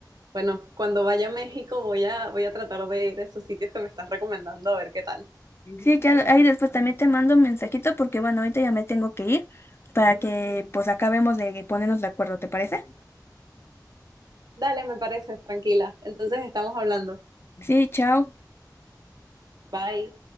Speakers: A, on the right; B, on the left.
A: Bueno, cuando vaya a México voy a, voy a tratar de ir a esos sitios que me estás recomendando a ver qué tal.
B: Sí, claro, ahí después también te mando un mensajito porque bueno, ahorita ya me tengo que ir para que pues acabemos de ponernos de acuerdo, ¿te parece?
A: Dale, me parece, tranquila. Entonces estamos hablando.
B: Sí, chao.
A: Bye.